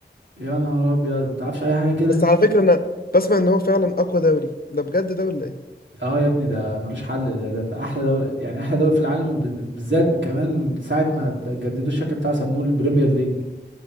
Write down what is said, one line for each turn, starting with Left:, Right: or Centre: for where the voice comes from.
Right: يا نهار ابيض ما تعرفش اي حاجه كده
Left: بس على فكره انا بسمع ان هو فعلا اقوى دوري ده بجد ده ولا ايه
Right: اه يا ابني ده ملوش حل ده, ده احلى دوري يعني احلى دوري في العالم وبالذات كمان من ساعه ما جددوا الشكل بتاعه سموه البريمير ليج